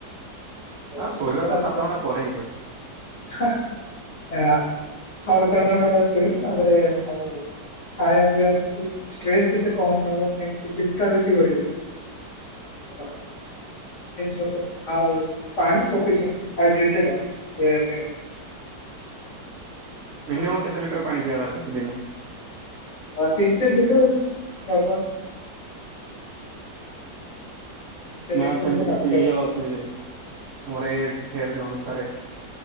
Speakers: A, on the left; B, on the right.
A: ତ
B: ଆଉ ଶୋଇବା
A: ଶୋଇବାଟା
B: ତ ସାତ
A: ଭଲ ରହିଲେ,
B: ଘଣ୍ଟା ପରେ ହେଇଯାଉଛି
A: ହଁ ଆଁ। ଛଅ, ସାତ ଘଣ୍ଟା ଭଳିଆ ଶୋଉ। ତା'ପରେ ଆଉ ଖାଇବା ପିଇବା ସେତିକ, ଷ୍ଟ୍ରେସ୍ ଯେତେ କମ୍ ନବ, ମାନେ ଏମିତି ଚିନ୍ତା ବେଶୀ କରିବନି। ତମାରେ ଏମ୍ ସବୁ ଆଉ। ଆଉ, ପାଣି ସଫିସେଣ୍ଟ ହାଇଡ୍ରେଟେଡ଼ ଆଉ। କୁ ଏବେ
B: ମିନିମମ କେତେ ଲିଟର ପାଣି ପିଇବା ଦରକାର ଦିନକୁ?
A: ଅ ତିନି ଚାରି ଲିଟର ନର୍ମାଲ। ତିନି ଚାରି
B: ନା
A: ଲିଟର
B: ସେମିତି
A: ଭଳିଆ
B: କିଛି
A: ରହିବ।
B: ଇଏ ଅଛି ଆମର ଏଜ୍ ହେଲଥ ଅନୁସାରେ।